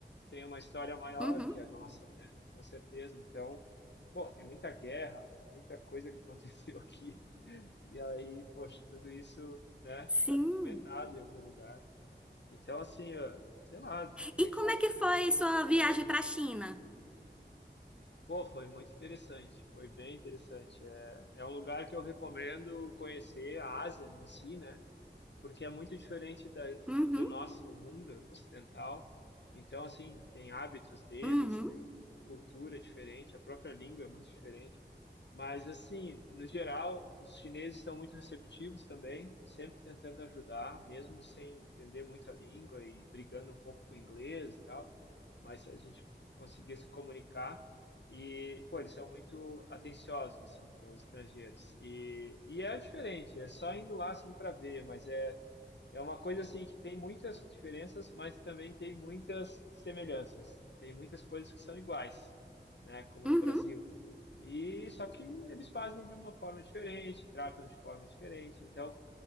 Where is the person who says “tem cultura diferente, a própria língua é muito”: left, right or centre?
Left